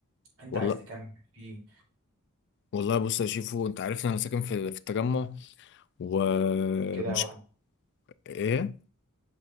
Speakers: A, on the right; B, on the left.
A: انت
B: والله
A: عايز تكمل فيه
B: والله بص يا شيفو أنت عارف إن أنا ساكن في في التجمع ومش
A: كده واحد
B: إيه